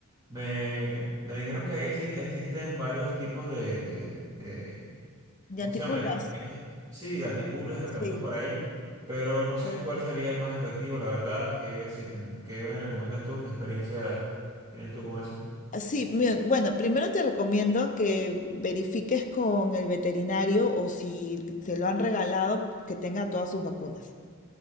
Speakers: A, on the right; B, on the left.
A: Me, me dijeron que ahí exi- existen varios tipos de, de,
B: De
A: ¿cómo
B: antipulgas.
A: se llama? De tratamiento. Sí, de antipulgas, de tratamientos
B: Sí.
A: para ello. Pero no sé cuál sería el más efectivo, la verdad. Que si te- ¿qué me recomiendas tú? ¿Qué experiencias tienes tú con eso?
B: Así, bien, bueno, primero te recomiendo que verifiques con el veterinario o si te lo han regalado, que tenga todas sus vacunas.